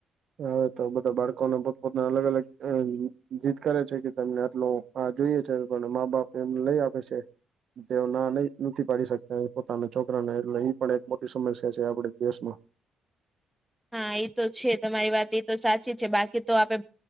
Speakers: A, on the right; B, in the centre.
A: હા તો બધા બાળકોને પોતપોતાના અલગ અલગ અ જીત કરે છે કે તને આટલ. હા જોઈએ છે લોકોને મા બાપ એમને લઈ આપે છે. તેઓ ના નહી નથી પાડી શકતા પોતાના છોકરાને એટલે પણ એક મોટી સમસ્યા છે આપડ દેશમાં
B: હા એ તો છે તમારી વાત એ તો સાચી છે બાકી તો આપે